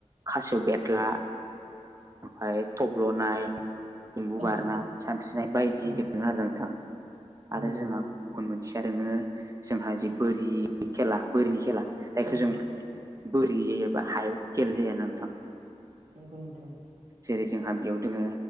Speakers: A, on the right (about 30°); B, on the right (about 85°).
A: खासेव' बेन्द्रा ओमफ्राय थब्ल'नाय एम्बु बारनाय
B: औ
A: सानस्रिनाय बायदि
B: औ
A: दं आरो नोंथां
B: औ
A: आरो
B: नंगौ
A: जोंहा गुबुन मोनसेया दङो जोंहा जि बोरि खेला बोरिनि खेला जायखौ
B: औ
A: जों बोरि एबा हायाव खेलेनाय जायो आरो नोंथां
B: नोंगौ नोंथां
A: जेरै जोंहा बेयाव दङ